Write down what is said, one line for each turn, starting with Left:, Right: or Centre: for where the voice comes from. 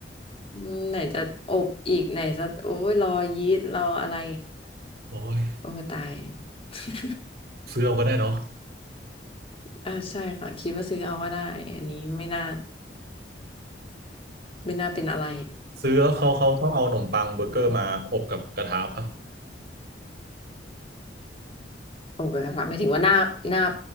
Left: อืมไหนจะอบอีกไหนจะโอ้ยรอยีสต์รออะไร
Right: โอ้ย
Left: โอ้ตาย <laughs>
Right: ซื้อเอาก็ได้เนาะ
Left: อ่าใช่ค่ะคิดว่าซื้อเอาก็ได้อันนี้ไม่น่าไม่น่าเป็นอะไร
Right: ซื้อแล้วเขาเขาต้องเอาขนมปังเบอร์เกอร์มาอบกับกระทะปะ
Left: โอ้กระทะหมายถึงว่านาบนาบ